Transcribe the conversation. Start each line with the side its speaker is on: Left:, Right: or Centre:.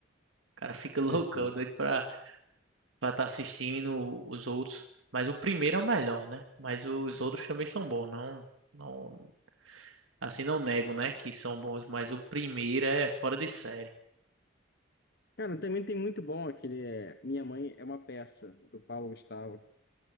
Right: O cara fica <laughs> loucão,
Left: É, cara.
Right: doido pra estar tá assistindo os outros. Mas o primeiro é o melhor, né? Mas os outros também são bons, não... Não, assim não nego, né, que são bons, mas o primeiro é fora de série.
Left: Cara, também tem muito bom aquele é, Minha Mãe é uma Peça, do Paulo Gustavo.